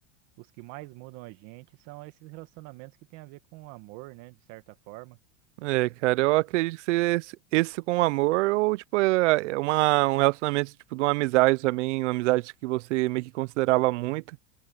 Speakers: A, on the right; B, on the right.
A: os que mais mudam a gente são esses relacionamentos que têm a ver com amor, né, de certa forma.
B: É, cara, eu acredito que se- se- esse com amor ou tipo é é uma, um relacionamento tipo de uma amizade também, uma amizade que você meio que considerava muito.